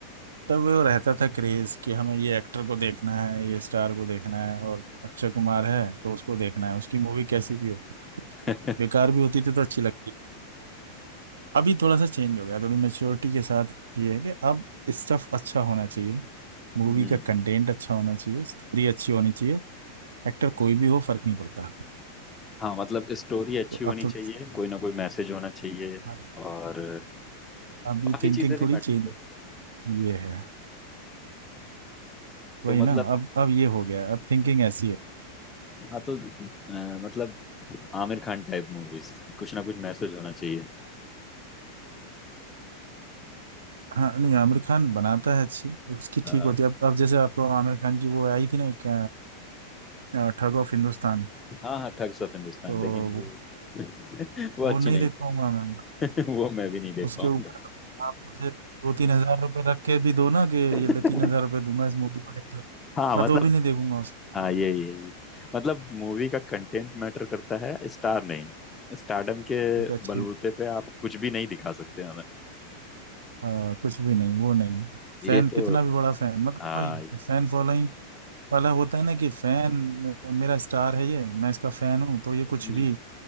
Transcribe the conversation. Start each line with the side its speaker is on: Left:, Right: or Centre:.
Right: तब वो रहता था क्रेज कि हमें ये एक्टर को देखना है ये स्टार को देखना है और अक्षय कुमार है तो उसको देखना है उसकी मूवी कैसी भी हो
Left: <laughs>
Right: बेकार भी होती थी तो अच्छी लगती अभी थोड़ा सा चेंज हो गया थोड़ी मेच्योरिटी के साथ ये है कि अब स्टफ अच्छा होना चाहिए मूवी
Left: हम्म
Right: का कंटेंट अच्छा होना चाहिए स्टोरी अच्छी होनी चाहिए एक्टर कोई भी हो फर्क नहीं पड़ता
Left: हाँ मतलब स्टोरी अच्छी
Right: तो
Left: होनी
Right: अब थोड़ी
Left: चाहिए कोई ना कोई मैसेज होना चाहिए
Right: अब
Left: और
Right: अब ये
Left: बाकी
Right: थिंकिंग
Left: चीजें भी
Right: थोड़ी
Left: मैटर
Right: चेंज
Left: करती हैं
Right: ये है
Left: तो
Right: वही
Left: मतलब
Right: ना अब अब ये हो गया है, अब थिंकिंग ऐसी है
Left: हाँ तो अ, मतलब आमिर खान टाइप मूवीज कुछ ना कुछ मैसेज होना चाहिए
Right: हाँ नहीं आमिर खान बनाता है अच्छी उसकी
Left: अ,
Right: ठीक होती है अब अब जैसे आपको आमिर खान की वो आई थी ना एक अ, ठग ऑफ हिंदुस्तान
Left: हाँ हाँ ठग्स ऑफ हिंदुस्तान
Right: तो
Left: लेकिन
Right: वो
Left: वो <laughs> वो
Right: वो
Left: अच्छी
Right: नहीं
Left: नहीं
Right: देख पाऊंगा मैं
Left: थी। <laughs> वो मैं भी नहीं देख
Right: उसके
Left: पाऊंगा
Right: ऊपर आप मुझे दो तीन हजार रुपये रख के भी दो ना कि ये
Left: <laughs>
Right: ले तीन हजार रुपये दूंगा इस मूवी को देख ले
Left: हाँ
Right: मैं
Left: मतलब
Right: तो भी नहीं देखूंगा उसको
Left: हाँ ये ये ये मतलब मूवी का कंटेंट मैटर करता है स्टार नहीं स्टारडम के
Right: एक अच्छी
Left: बलबूते पे आप कुछ भी नहीं दिखा सकते
Right: आ, कुछ भी नहीं वो नहीं
Left: ये
Right: फैन
Left: तो
Right: कितना भी बड़ा फैन मतलब
Left: हाँ
Right: वही फैन फॉलोइंग वाला होता है ना कि फैन मेरा स्टार है ये मैं इसका फैन हूँ तो ये कुछ
Left: ये-
Right: भी